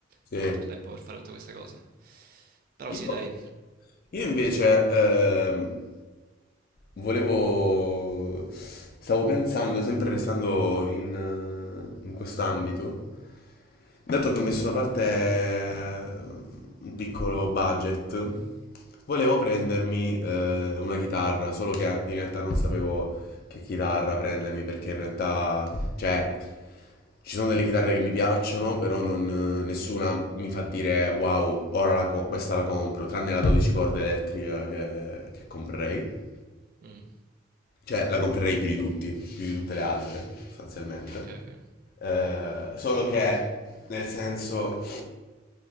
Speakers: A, on the left; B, on the right.
A: Sì.
B: Non ho tanto tempo per fare tutte queste cose. Però
A: Io,
B: sì, dai.
A: io invece ehm, Volevo... Stavo pensando, sempre restando in, eh, in quest'ambito, dato che ho messo da parte eh, un piccolo budget, volevo prendermi eh, una chitarra, solo che in realtà non sapevo che chitarra prendermi, perché in realtà, cioè, ci sono delle chitarre che mi piacciono, però non- nessuna mi fa dire wow, ora la co- questa la compro, tranne la 12 corde elettrica che che comprerei.
B: Mm,
A: Cioè, la comprerei più di tutti, più di tutte le altre, sostanzialmente.
B: ok, ok.
A: Eh, solo che, nel senso,